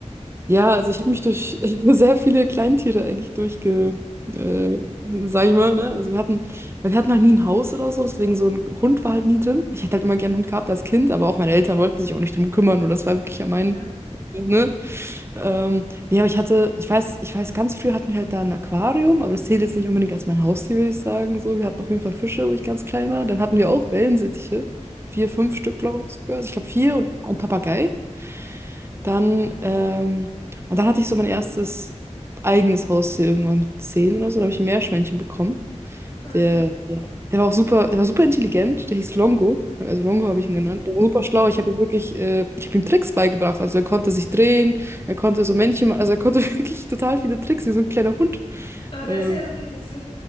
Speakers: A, on the right; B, on the left.
A: Ja, also ich habe mich durch <laughs> sehr viele Kleintiere eigentlich durchge, äh, sag ich mal, ne? Also wir hatten, weil wir hatten halt nie ein Haus oder so, deswegen so ein Hund war halt nie drin. Ich hätte halt immer gern einen Hund gehabt als Kind, aber auch meine Eltern wollten sich auch nicht drum kümmern und das war wirklich ja mein,
B: Ja.
A: ne? Ähm, nee, aber ich hatte, ich weiß, ich weiß, ganz früh hatten wir halt da ein Aquarium, aber das zählt jetzt nicht unbedingt als mein Haustier, würde ich sagen. So, wir hatten auf jeden Fall Fische, wo ich ganz klein war. Dann hatten wir auch Wellensittiche. Vier, fünf Stück, glaube ich sogar. Also ich glaube vier und ein Papagei. Dann, ähm, und dann hatte ich so mein erstes eigenes Haustier irgendwann mit 10 oder so. Da habe ich ein Meerschweinchen bekommen.
B: Ah,
A: Der,
B: süß.
A: der war auch super, der war super intelligent. Der hieß Longo. Also Longo habe ich ihn genannt. Der war super schlau. Ich habe ihm wirklich, äh, ich habe ihm Tricks beigebracht. Also er konnte sich drehen, er konnte so Männchen, ma- also er konnte <laughs> wirklich total viele Tricks, wie so ein kleiner Hund.
B: Ah, das
A: Ähm,
B: ist ja süß.